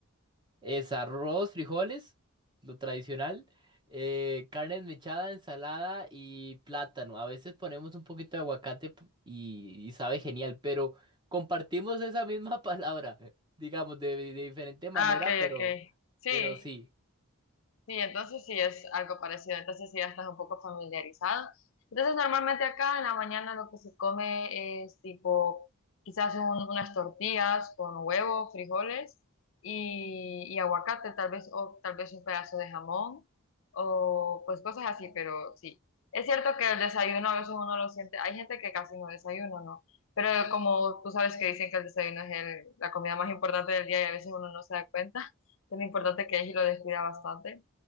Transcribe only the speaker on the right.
es arroz, frijoles, lo tradicional, eh, carne desmechada, ensalada y plátano. A veces ponemos un poquito de aguacate p- y, y sabe genial, pero compartimos esa misma palabra, <laughs> digamos, de, de diferente manera,
pero,
pero sí.